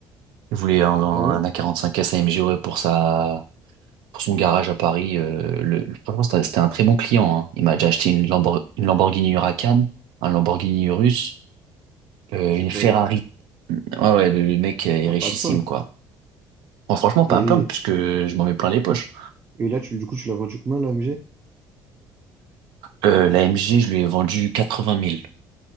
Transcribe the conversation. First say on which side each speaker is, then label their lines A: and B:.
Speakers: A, on the right (about 80°); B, on the right (about 30°).
A: Il voulait un, un
B: Ah ouais?
A: a cinq s AMG ouais, pour sa, pour son garage à Paris. euh, le, le- franchement, c'était c'était un très bon client. hein. Il m'a déjà acheté une, Lambor- une Lamborghini Huracan, un Lamborghini Urus, euh,
B: C'est
A: une
B: pas,
A: Ferrari. Ouais, ouais, le, le mec est
B: t'as
A: richissime,
B: pas à te plaindre.
A: quoi. Bon, franchement, pas
B: et
A: un plaindre, puisque je m'en mets plein les poches.
B: Et là, tu, du coup, tu l'as vendu combien, l'AMG?
A: Euh, l'AMG, je lui ai vendu 80 000.